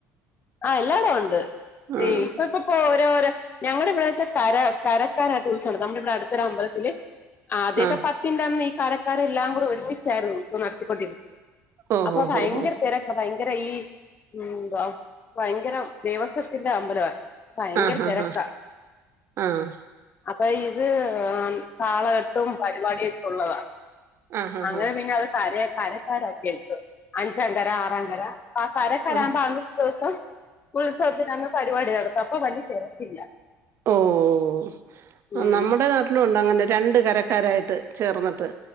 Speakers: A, on the left (about 35°); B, on the right (about 50°).
A: ആ എല്ലാടും ഉണ്ട്
B: ആഹ്
A: ഈ ഇപ്പപ്പോ ഓരോരോ ഞങ്ങടെ ഇവിടെച്ചാൽ കര കരക്കാരായ ടൂഷൺ എടുക്ക നമ്മുടെ ഇവിടെ അടുത്തൊരു അമ്പലത്തില് ആദ്യൊക്കെ
B: ആഹ്
A: പത്തിന്റെ അന്ന് ഈ കാരക്കാരെ എല്ലാം കൂടെ ഒമിച്ചായിരുന്നു ഉത്സവം നടത്തിക്കൊണ്ടിരുന്നത്
B: ഓഹ്
A: അപ്പൊ ഭയങ്കര
B: ഓഹ് ഓഹ് ഓഹ്
A: തിരക്കാ ഭയങ്കര ഈ എന്താ ഭയങ്കരം ദേവസത്തിന്റെ അമ്പലവാ ഭയങ്കര
B: ആഹ്
A: തിരക്കാ
B: ആഹ് ആഹ്
A: അപ്പൊ ഇതും കാളകെട്ടും പരിപാടിയൊക്കെ ഉള്ളതാ
B: ആഹ് ആഹ്
A: അങ്ങനെ
B: ആഹ്
A: പിന്നെ അത് കര കരക്കാരക്കി എടുത്തു അഞ്ചാം കര ആറാം കര അപ്പ കാരെ കാരാകുമ്പോ
B: ആഹ്
A: അന്നത്തെ ദിവസം ഉത്സവത്തിന അന്ന് പരിപാടി നടത്തും അപ്പൊ വല്യ തിരക്കില്ല
B: ഓഹ്
A: ഉം
B: നമ്മുടെ നാട്ട- അങ്ങനെ രണ്ട് കരക്കാരായിട്ട് ചേർന്നിട്ട്